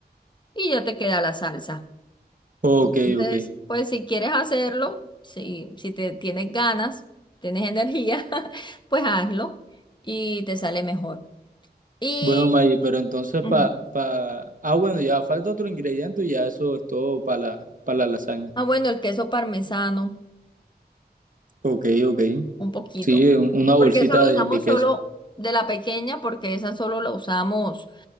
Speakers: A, on the left; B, on the right.
A: y ya te queda la salsa.
B: Ok,
A: Entonces,
B: ok.
A: pues si quieres hacerlo, si, si te tienes ganas, tienes energía, <laughs> pues hazlo y te sale mejor. Y,
B: Bueno, May, pero entonces
A: Ujú.
B: pa, pa... Ah, bueno, ya falta otro ingrediente y ya eso es todo para la, para la lasaña.
A: ah, bueno, el queso parmesano,
B: Ok, ok.
A: un poquito,
B: Sí, un- una bolsita
A: porque eso lo
B: de,
A: usamos
B: de queso
A: solo de la pequeña, porque esa solo la usamos